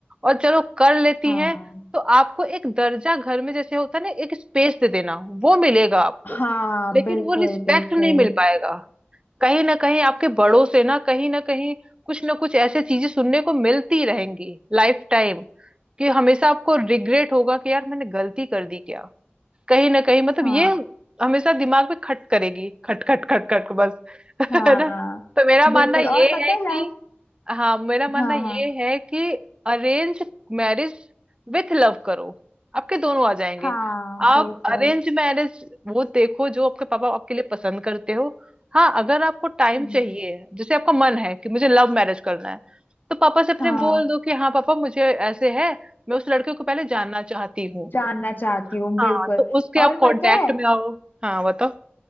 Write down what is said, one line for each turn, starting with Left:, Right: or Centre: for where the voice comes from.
Right: और चलो कर लेती
Left: हाँ
Right: है तो आपको एक दर्जा घर में जैसे होता है ना एक स्पेस दे देना वो मिलेगा आपको
Left: हाँ
Right: लेकिन
Left: बिल्कुल
Right: वो रिस्पेक्ट
Left: बिल्कुल
Right: नहीं मिल पाएगा कहीं ना कहीं आपके बड़ों से ना कहीं ना कहीं कुछ ना कुछ ऐसे चीजें सुनने को मिलती रहेंगी लाइफ टाइम कि हमेशा आपको रिग्रेट होगा कि यार मैंने गलती कर दी क्या कहीं ना कहीं मतलब
Left: हाँ
Right: ये हमेशा दिमाग में खट करेगी खट खट खट खट बस <laughs>
Left: हाँ
Right: है ना तो मेरा मानना
Left: बिल्कुल
Right: ये
Left: और पता
Right: है
Left: है
Right: कि
Left: लव
Right: हाँ मेरा मानना
Left: हाँ
Right: ये
Left: हाँ
Right: है कि अरेंज मैरिज विथ लव करो आपके दोनों आ जाएंगे
Left: हाँ
Right: आप
Left: बिल्कुल
Right: अरेंज मैरिज वो देखो जो आपके पापा आपके लिए पसंद करते हो हाँ अगर आपको टाइम
Left: हम्म,
Right: चाहिए जैसे आपका मन है कि मुझे लव मैरिज करना है तो पापा से अपने
Left: हाँ
Right: बोल दो कि हाँ पापा मुझे ऐसे है मैं उस लड़के को पहले जानना चाहती हूँ
Left: जानना चाहती हूँ बिल्कुल
Right: हाँ तो उसके आप
Left: और
Right: कांटेक्ट
Left: पता है
Right: में आओ हाँ बताओ